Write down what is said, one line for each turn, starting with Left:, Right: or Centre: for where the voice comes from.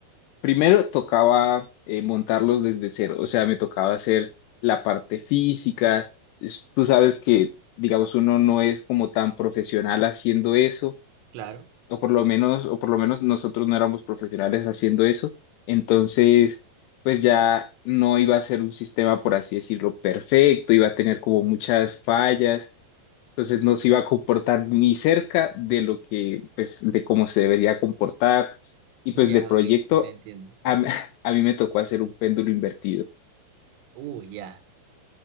Left: primero tocaba eh, montarlos desde cero, o sea, me tocaba hacer la parte física. Es- Tú sabes que, digamos, uno no es como tan profesional haciendo eso
Right: claro.
Left: o por lo menos, o por lo menos nosotros no éramos profesionales haciendo eso, entonces pues ya no iba a ser un sistema, por así decirlo, perfecto, iba a tener como muchas fallas, entonces no se iba a comportar ni cerca de lo que, pues, de cómo se debería comportar, y
Right: Ya,
Left: pues de proyecto,
Right: ok, yo te entiendo.
Left: a, <laughs> a mí me tocó hacer un péndulo invertido.
Right: Uh, ya.